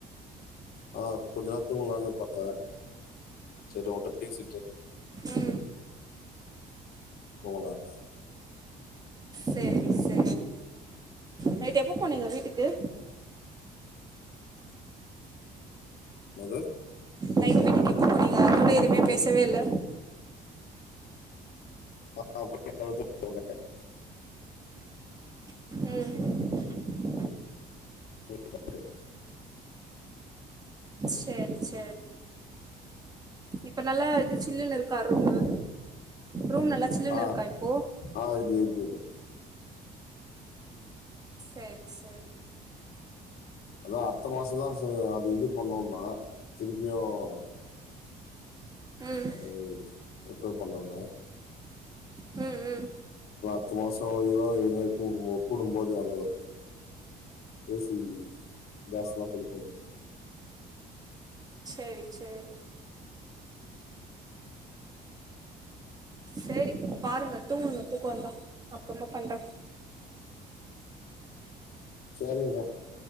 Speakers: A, on the left; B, on the right.
A: ஆஹ் கொஞ்ச நேரதூக்கலானு பாரத்தேன் சரி உங்கட்ட பேசிட்டு
B: ம்
A: போலண்டு
B: சரி சரி நைட் எப்ப போனீங்க வீட்டுக்கு
A: அது
B: நைட்டு வீட்டுக்கு எப்ப போநீங்கா அதுகப்றம் எதுவுமே பேசவே இல்ல
A: ஆஹ் <unintelligible>
B: உம்
A: <unintelligible>
B: செரி செரி இப்ப நல்ல சில்லுனுருக்கா ரூமு ரூம் நல்லா சில்லுன்னு
A: ஆஹ்
B: இருக்கா இப்போ
A: ஆஹ் இது இருக்குது
B: சரி சரி
A: அதான் அடுத்த மாசம் தான் அது இது பண்ணும்னா திருப்பியும் ஆஹ
B: ம்
A: <unintelligible> எப்டி பண்ணாங்க
B: ம் உம்
A: பத்து மாசம் இவ இன கூடும்போது அத ஏசி கேஸ்லாம் பில்ப்படும்
B: சேரி சேரி சேரி பாருங்க தூங்குங்க தூக்கொ வந்தா அப்பறமா பண்ற
A: சேரிங்க